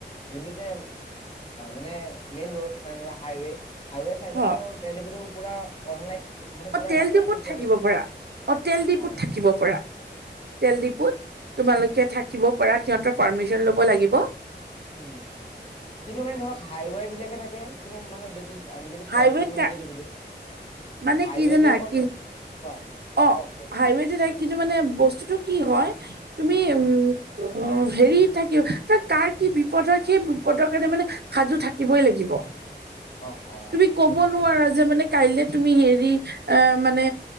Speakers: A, on the left; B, on the right.
A: যোনটো যে মানে মেইন ৰোড মানে ধৰা হাইৱে হাইৱে চাইডটো
B: হ
A: তেগুটো পুৰা অনলাইন মানে
B: অ
A: পুৰা
B: তেল ডিপুত
A: ৰাতি খুৱ
B: থাকিব
A: থাকে
B: পাৰা অ তেল ডিপুত
A: অ
B: থাকিব পৰা তেল ডিপুত তোমালোকে থাকিব পৰা সিহঁতৰ পাৰ্মিছিন লব লাগিব।
A: উম কিন্তু মানে ধৰক হাইৱে বিলাকে থাকে কিন্তু মানে যদি আমি যদি শৰ্টকাট
B: হাইৱেত
A: মানে যদি
B: মানে
A: হাইৱেতে
B: কি যানা
A: অকল
B: কি
A: দে- কোৱা
B: অ
A: কওক কওক
B: হাইৱেড থাই কিন্তু মানে বস্তুতটো কি হয় তুমি উম হেৰি থাকি ত কাৰ কি বিপদ হয় সেই বিপদৰ কাৰণে মানে সাজু থাকিবই লাগিব
A: অ অ
B: তুমি কব নোৱাৰা যে মানে কাইলে তুমি হেৰি এ মানে